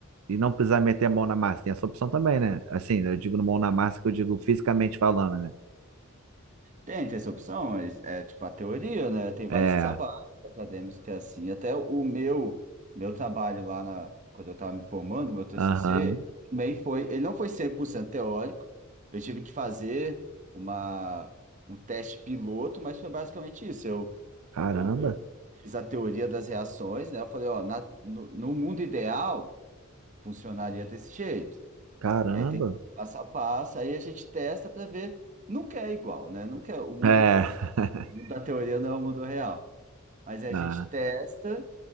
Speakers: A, on the right; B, on the right.
A: e não precisar meter a mão na massa, tem essa opção também, né? Assim, né, eu digo mão na massa que eu digo fisicamente falando, né?
B: Tem, tem essa opção, mas é tipo a teoria, né? Tem
A: É,
B: vários trabalhos acadêmicos que é assim. Até o meu, meu trabalho lá na, quando eu estava me formando, meu TCC,
A: aham,
B: também foi, ele não foi 100% teórico. Eu tive que fazer uma, um teste piloto, mas foi basicamente isso. Eu,
A: Caramba,
B: eu, eu fiz a teoria das reações, né? Eu falei, ó, na, no, no mundo ideal, funcionaria desse jeito.
A: caramba.
B: E aí tem todo o passo a passo, aí a gente testa para ver. Nunca é igual, né? Nunca é- o mundo
A: É, <laughs>
B: o mundo da teoria não é o mundo real. Mas a
A: ah,
B: gente testa